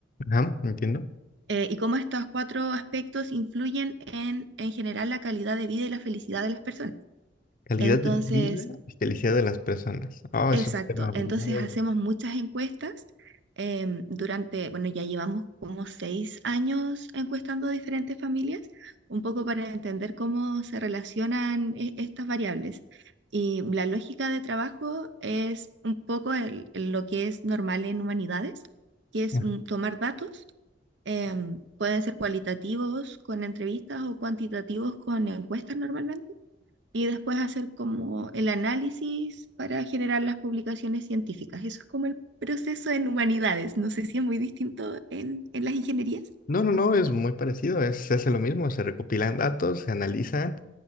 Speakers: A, on the left; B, on the right.
A: Ajá, entiendo.
B: eh, y cómo estos cuatro aspectos influyen en, en general la calidad de vida y la felicidad de las personas.
A: Calidad
B: Entonces,
A: de vida y felicidad de las personas. Oh, es
B: Exacto,
A: un tema muy...
B: entonces hacemos muchas encuestas em, durante, bueno, ya llevamos como seis años encuestando diferentes familias, un poco para entender cómo se relacionan e- estas variables. Y la lógica de trabajo es un poco el- lo que es normal en humanidades, que es
A: Ah.
B: mm, tomar datos, em, pueden ser cualitativos con entrevistas o cuantitativos con encuestas normalmente y después hacer como el análisis para generar las publicaciones científicas. Eso es como el proceso en humanidades. No sé si es muy distinto en, en las ingenierías.
A: No, no, no, es muy parecido. es- se hace lo mismo, se recopilan datos, se analizan